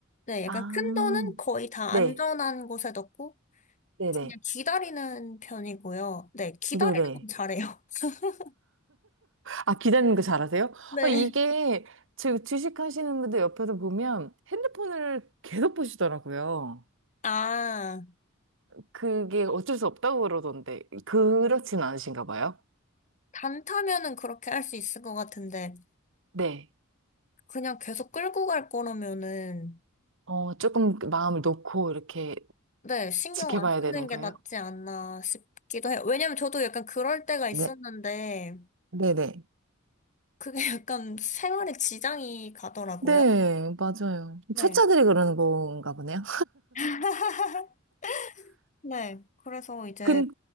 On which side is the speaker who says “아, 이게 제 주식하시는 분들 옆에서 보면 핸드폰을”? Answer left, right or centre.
Right